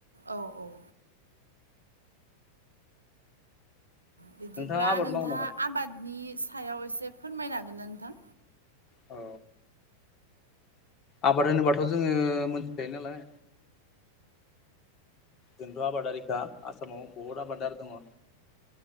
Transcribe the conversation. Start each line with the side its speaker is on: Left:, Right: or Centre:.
Right: औ औ बिदिब्ला
Left: नोंथाङा आबाद
Right: नोंथाङा
Left: मावो नामा
Right: आबादनि सायाव एसे फोरमायनो हागोननाा नोंथां?
Left: औ आबाद होनोबाथ' जोङो मोनथिखायो नालाय जोंथ' आबादारिखा आसामाव बहुद आबादारि दङ